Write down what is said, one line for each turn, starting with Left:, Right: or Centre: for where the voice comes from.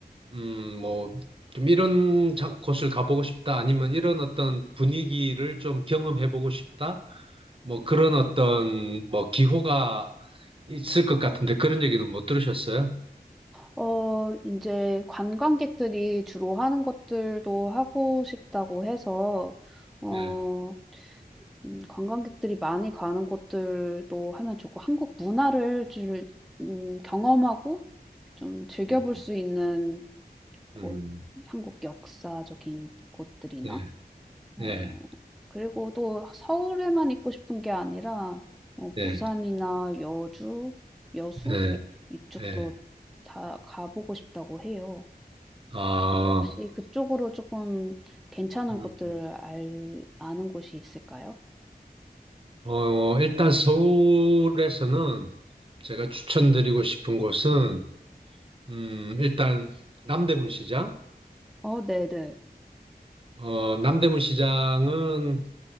Right: 음, 뭐, 좀 이런 자- 곳을 가보고 싶다, 아니면 이런 어떤 분위기를 좀 경험해보고 싶다? 뭐 그런 어떤 뭐 기호가 있을 것 같은데 그런 얘기는 못 들으셨어요?
Centre: 어, 이제 관광객들이 주로 하는 것들도 하고 싶다고 해서 어,
Right: 네,
Centre: 음, 관광객들이 많이 가는 곳들도 하면 좋고 한국 문화를 줄, 음, 경험하고 좀 즐겨볼
Right: 음,
Centre: 수 있는 곳,
Right: 음,
Centre: 한국 역사적인 곳들이나
Right: 네,
Centre: 어,
Right: 네,
Centre: 그리고 또 서울에만 있고 싶은 게 아니라 어,
Right: 네,
Centre: 부산이나 여주, 여수
Right: 네,
Centre: 이쪽도
Right: 네.
Centre: 다 가보고 싶다고 해요.
Right: 아,
Centre: 그래서 혹시 그쪽으로 조금 괜찮은
Right: 음.
Centre: 곳들 알, 아는 곳이 있을까요?
Right: 어, 일단 서울에서는 제가 추천드리고 싶은 곳은 음, 일단 남대문 시장.
Centre: 어, 네네.
Right: 어, 남대문 시장은